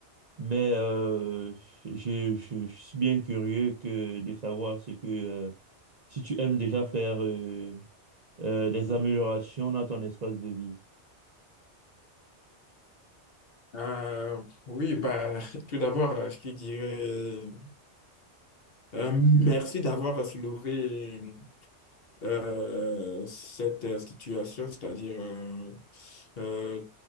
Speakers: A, on the right (about 45°); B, on the left (about 60°).
A: mais euh, je, je- je suis bien curieux que de savoir ce que euh, si tu aimes déjà faire euh, euh, des améliorations dans ton espace de vie.
B: Euh, oui, bah, <laughs> tout d'abord, euh, je te dirais euh, merci d'avoir soulevé euh, cette euh, situation, c'est-à-dire euh, euh,